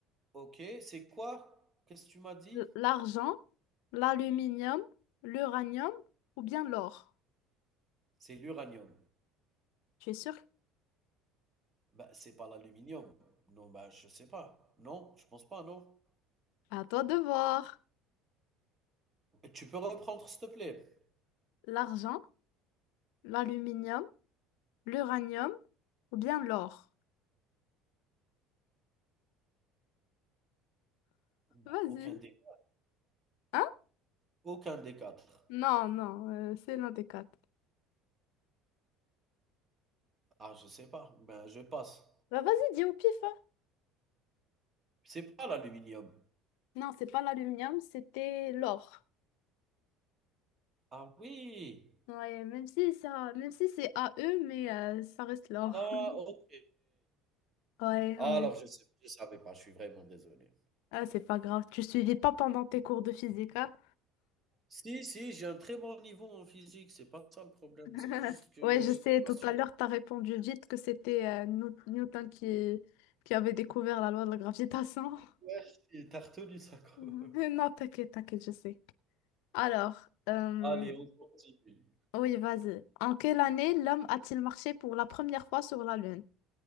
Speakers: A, on the right; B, on the left.
A: ok, c'est quoi? Qu'est-ce que tu m'as dit?
B: L- L'argent, l'aluminium, l'uranium ou bien l'or?
A: C'est l'uranium.
B: Tu es sûr?
A: Bah, c'est pas l'aluminium. Non, bah, je sais pas. Non, je pense pas, non.
B: À toi de voir.
A: Et tu peux reprendre, s'il te plaît?
B: L'argent, l'aluminium, l'uranium ou bien l'or?
A: Bah,
B: Vas-y.
A: aucun des,
B: Hein?
A: aucun des quatre.
B: Non, non, euh, c'est l'un des quatre.
A: Ah, je sais pas. Ben, je passe.
B: Bah vas-y, dis au pif, hein.
A: C'est pas l'aluminium.
B: Non, c'est pas l'aluminium, c'était l'or.
A: Ah oui.
B: Ouais, même si ça, même si c'est AE, mais euh, ça reste l'or.
A: Ah,
B: <laughs>
A: ok.
B: Ouais,
A: Ah,
B: ouais.
A: alors, je sais, je savais pas. Je suis vraiment désolé.
B: Ah, c'est pas grave. Tu suivais pas pendant tes cours de physique, hein?
A: Si, si, j'ai un très bon niveau en physique, c'est pas ça le problème,
B: <laughs>
A: c'est juste que
B: Ouais,
A: j'étais
B: je sais, tout
A: pas sûr.
B: à l'heure, t'as répondu vite que c'était euh, New- Newton qui, qui avait découvert la loi de la gravitation. <laughs>
A: Merci, tu retenu ça quand
B: Non,
A: même.
B: t'inquiète, t'inquiète, je sais. Alors, euh,
A: Allez, on continue.
B: Oui, vas-y. En quelle année l'homme a-t-il marché pour la première fois sur la Lune?